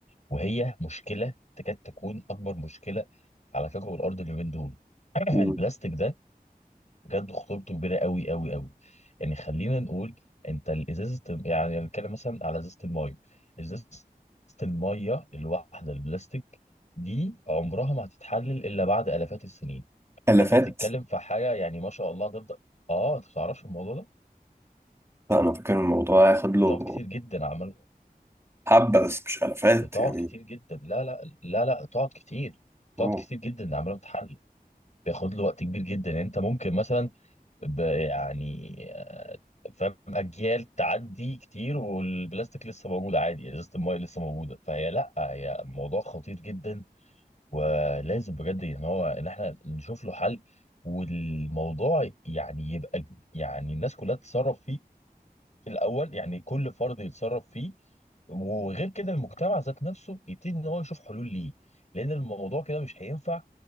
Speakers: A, on the left; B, on the right.
A: وهي مشكلة تكاد تكون أكبر مشكلة على كوكب الأرض اليومين دول <clears throat> البلاستيك
B: مم.
A: ده بجد خطورته كبيرة قوي قوي قوي يعني خلينا نقول انت الإزازة يعني نتكلم مثلا على إزازة الماية إزازة الماية الواحدة البلاستيك دي عمرها ما هتتحلل إلا بعد آلافات السنين
B: تلفات
A: فانت بتتكلم في حاجه يعني ما شاء الله هتفضل اه انت ما بتعرفش الموضوع ده
B: لا انا فاكر الموضوع هياخد له
A: بتقعد كتير جدا عمال
B: حبة بس مش ألفات
A: بتقعد
B: يعني
A: كتير جدا لا لا لا لا تقعد كتير تقعد
B: أوه.
A: كتير جدا عمال بتحلل بياخد له وقت كبير جدا يعني انت ممكن مثلا ب... يعني آه، فاهم اجيال تعدي كتير والبلاستيك لسه موجود عادي يعني ازازه المايه لسه موجوده فهي لا هي موضوع خطير جدا ولازم بجد ان هو ان احنا نشوف له حل والموضوع يعني يبقى يعني الناس كلها تتصرف فيه في الاول يعني كل فرد يتصرف فيه وغير كده المجتمع ذات نفسه يبتدي ان هو يشوف حلول ليه لان الموضوع كده مش هينفع